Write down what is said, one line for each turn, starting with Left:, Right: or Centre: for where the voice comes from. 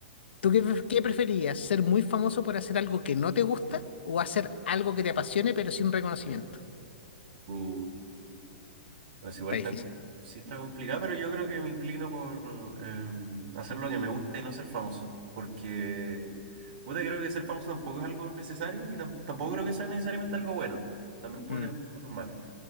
Left: ¿tú qué, pref- qué preferirías? ¿Ser muy famoso por hacer algo que no te gusta o hacer algo que te apasione pero sin reconocimiento?
Right: Uh, Pues igual
Left: Está
Right: está,
Left: difícil.
Right: sí está complicado, pero yo creo que me inclino por em, hacer lo que me gusta y no ser famoso. Porque, puta, creo que ser famoso tampoco es algo necesario y tam- tampoco creo que sea necesariamente algo bueno. También puede
Left: Mm,
Right: tener sus cosas malas.